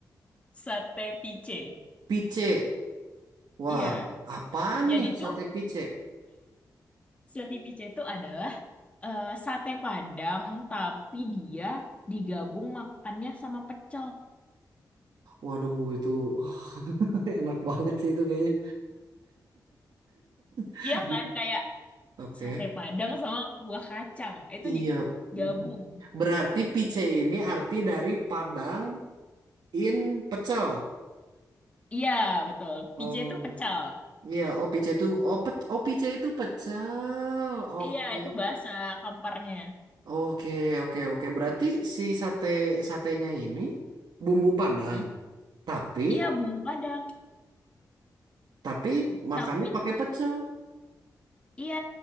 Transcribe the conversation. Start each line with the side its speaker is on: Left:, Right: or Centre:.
Left: Sate pice.
Right: pice, Wah,
Left: Iya.
Right: apaan
Left: Jadi
Right: nih sate
Left: tuh
Right: picek?
Left: sate pice itu adalah eh, sate Padang tapi dia digabung makannya sama pecel.
Right: Waduh, itu <laughs> enak banget sih itu kayaknya. <laughs>
Left: Iya kan kayak
Right: Oke.
Left: sate Padang sama buah kacang. Itu
Right: Iya.
Left: digabung.
Right: Berarti pice ini arti dari Padang in pecel.
Left: Iya, betul. PC
Right: Oh,
Left: itu pecal.
Right: iya. Oh, pice itu. Oh, pe, oh pice itu pecel. Oke.
Left: Iya, itu bahasa kamparnya.
Right: Oke, oke, oke. Berarti si sate satenya ini bumbu Padang.
Left: Hmm?
Right: Tapi,
Left: Iya, bumbu Padang.
Right: tapi makannya
Left: Tapi
Right: pakai pecel.
Left: iya,